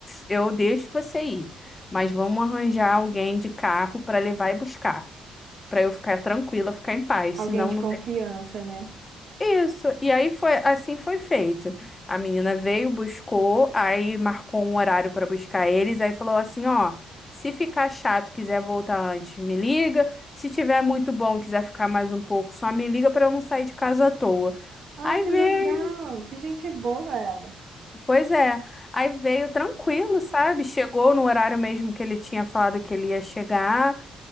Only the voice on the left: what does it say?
eu deixo você ir, mas vamos arranjar alguém de carro para levar e buscar, para eu ficar tranquila, ficar em paz,
senão
não
tem.
Isso. E aí foi, assim foi feito. A menina veio, buscou, aí marcou um horário para buscar eles, aí falou assim, ó, se ficar chato, quiser voltar antes, me liga. Se tiver muito bom, quiser ficar mais um pouco, só me liga para eu não sair de casa à toa.
Aí
veio
Pois é, aí veio tranquilo, sabe? Chegou no horário mesmo que ele tinha falado que ele ia chegar,